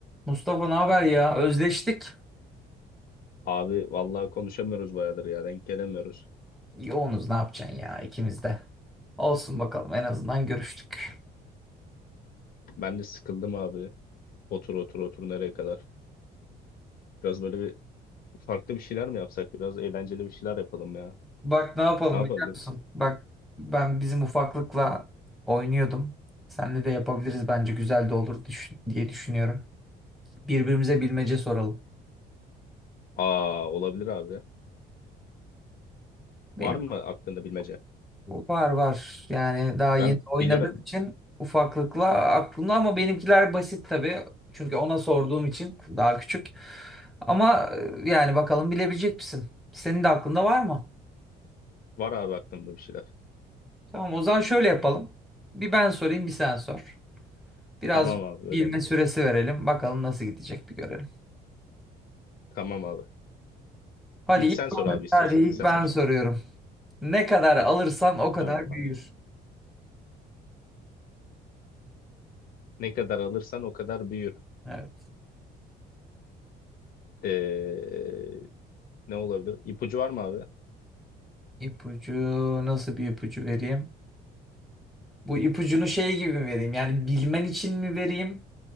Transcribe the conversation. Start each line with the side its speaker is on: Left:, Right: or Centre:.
Centre: Mustafa ne haber ya? Özleştik.
Left: Abi vallahi konuşamıyoruz bayağıdır ya denk gelemiyoruz.
Centre: Yoğunuz ne yapacaksın ya ikimiz de. Olsun bakalım en azından görüştük.
Left: Ben de sıkıldım abi. Otur otur otur nereye kadar? Biraz böyle bir farklı bir şeyler mi yapsak? Biraz eğlenceli bir şeyler yapalım ya.
Centre: Bak ne yapalım
Left: Ne yapabiliriz?
Centre: biliyor musun? Bak ben bizim ufaklıkla oynuyordum. Seninle de yapabiliriz bence güzel de olur düş- diye düşünüyorum. Birbirimize bilmece soralım.
Left: Aa olabilir abi.
Centre: Benim
Left: Var mı aklında bilmece?
Centre: Var var. Yani daha
Left: Ben
Centre: yeni oynadığım
Left: bilirim.
Centre: için ufaklıkla aklımda ama benimkiler basit tabii. Çünkü ona sorduğum için daha küçük. Ama e, yani bakalım bilebilecek misin? Senin de aklında var mı?
Left: Var abi aklımda bir şeyler.
Centre: Tamam o zaman şöyle yapalım. Bir ben sorayım bir sen sor. Biraz
Left: Tamam abi
Centre: bilme
Left: öyle mi?
Centre: süresi verelim. Bakalım nasıl gidecek bir görelim.
Left: Tamam abi.
Centre: Hadi
Left: İlk
Centre: ilk,
Left: sen sor abi istiyorsan
Centre: hadi ilk
Left: ilk sen
Centre: ben
Left: başla.
Centre: soruyorum. Ne kadar alırsan o kadar
Left: Tamam
Centre: büyür.
Left: abi. Ne kadar alırsan o kadar büyür.
Centre: Evet.
Left: Ee, ne olabilir? İpucu var mı abi?
Centre: İpucu nasıl bir ipucu vereyim? Bu ipucunu şey gibi mi vereyim? Yani bilmen için mi vereyim?